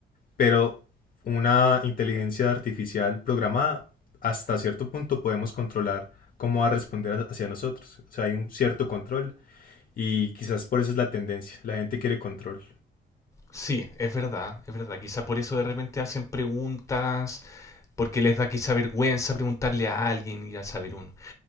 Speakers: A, on the left; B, on the left.
A: pero una inteligencia artificial programada hasta cierto punto podemos controlar cómo va a responder hacia nosotros. O sea, hay un cierto control y quizás por eso es la tendencia. La gente quiere control.
B: Sí, es verdad, es verdad. Quizá por eso de repente hacen preguntas, porque les da quizá vergüenza preguntarle a alguien y a saber uno.